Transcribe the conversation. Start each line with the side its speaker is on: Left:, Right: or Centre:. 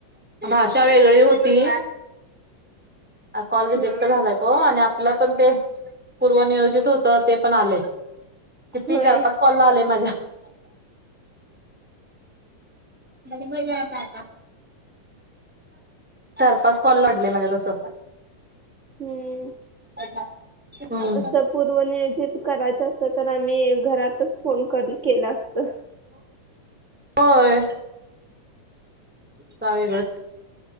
Centre: भाषा वेगळी होती. कॉल रिजक्ट
Right: हा
Centre: झालाय तो आणि. पण ते पूर्व निियोजित होत ते पण आले. किती
Right: होय
Centre: चार पाच कॉलला आले माझ्या. आणि बजाताता. चार पाच कॉल लढले माझ्या तस.
Right: हम्म
Centre: <unintelligible> हम्म
Right: असं पूर्व नियोजित करायचं अस त तर आम्ही घरातच फोन कर केलं असत.
Centre: होय का वेगळं